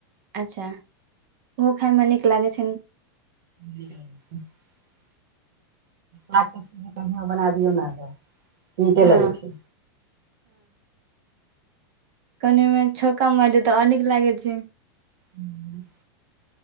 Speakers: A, on the right (about 45°); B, on the right (about 60°).
A: अच्छा ओहो खायमे नीक लागै छ
B: नीक लगैए छै <unintelligible> को बना दियौ नेऽ <unintelligible> <unintelligible> नीके
A: हँ
B: लगै छै
A: कनि मे छौका मारि दियै तऽ आओर नीक लागै छै
B: हूँ